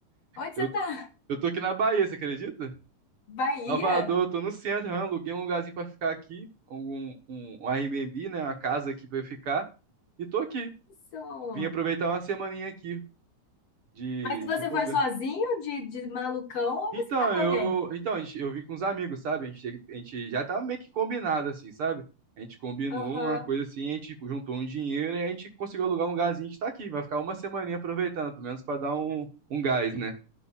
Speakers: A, on the left; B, on the right.
A: Onde
B: Eu,
A: você tá?
B: eu tô aqui na Bahia, você acredita?
A: Bahia?
B: Salvador, tô no centro, hã, aluguei um lugarzinho pra ficar aqui, um, um, um Airbnb, né, uma casa aqui pra eu ficar, e tô aqui.
A: Isso.
B: Vim aproveitar uma semaninha aqui de,
A: Mas você
B: de bobeira.
A: foi sozinho de, de malucão ou
B: Então,
A: você tá com
B: eu,
A: alguém?
B: então, a gente- eu vim com os amigos, sabe? A gente, a gente já tá meio que combinado, assim, sabe? A gente combinou
A: Aham,
B: uma coisa assim, a gente juntou um dinheiro e a gente conseguiu alugar um lugarzinho, a gente tá aqui. Vai ficar uma semaninha aproveitando, pelo menos pra dar um, um gás, né?